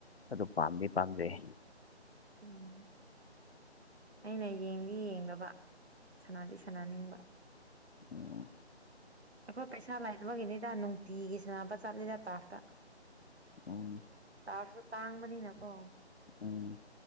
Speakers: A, on the left; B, on the right.
A: ꯑꯗꯨ ꯄꯥꯝꯗꯤ ꯄꯥꯝꯖꯩ
B: ꯎꯝ ꯑꯩꯅ ꯌꯦꯡꯗꯤ ꯌꯦꯡꯂꯕ ꯁꯅꯥꯗꯤ ꯁꯥꯟꯅꯅꯤꯡꯕ
A: ꯑꯣ
B: ꯑꯩꯈꯣꯏ ꯄꯩꯁꯥ ꯂꯩꯅꯕꯒꯤꯅꯤꯗ ꯅꯨꯡꯇꯤꯒꯤ ꯁꯅꯕ ꯆꯠꯂꯤꯗ ꯇꯥꯐꯇ
A: ꯎꯝ
B: ꯇꯥꯔꯁꯨ ꯇꯥꯡꯕꯅꯤꯅꯀꯣ
A: ꯎꯝ